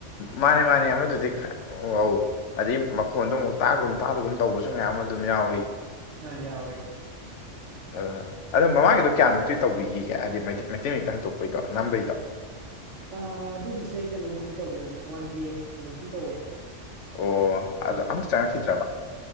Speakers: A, on the left; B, on the right.
A: ꯃꯥꯅꯦ ꯃꯥꯅꯦ ꯑꯃꯗꯨꯗꯤ ꯑꯧ ꯑꯗꯩ ꯃꯈꯣꯟꯗꯣ ꯑꯃꯨꯛ ꯇꯥꯒꯨꯝ ꯇꯥꯗꯒꯨꯝ ꯇꯧꯕꯁꯨ ꯃꯌꯥꯝ ꯑꯃ ꯑꯗꯨꯝ ꯌꯥꯎꯏ
B: ꯑꯥ ꯌꯥꯎꯋꯦ
A: ꯑ ꯑꯗꯣ ꯃꯃꯥꯡꯒꯤꯗꯣ ꯀꯌꯥꯃꯨꯛꯇꯤ ꯇꯧꯕꯤꯈꯤꯒꯦ ꯍꯥꯏꯗꯤ ꯃꯩꯇꯩ ꯃꯩꯇꯩ ꯃꯌꯦꯛꯇ ꯍꯟꯗꯣꯛꯄꯩꯗꯣ ꯅꯝꯕꯩꯗꯣ <inaudible>
B: ꯑꯗꯨꯒꯤꯁꯦ ꯀꯩꯅꯣꯃꯨꯛꯇꯤ ꯇꯧꯈꯤꯕꯅꯦ ꯋꯥꯟ ꯀꯦ ꯃꯨꯛꯇꯤ ꯇꯧꯋꯦ
A: ꯑꯣ
B: ꯑꯗꯣ
A: ꯑꯝꯇ ꯆꯪꯉꯛꯈꯤꯗ꯭ꯔꯕ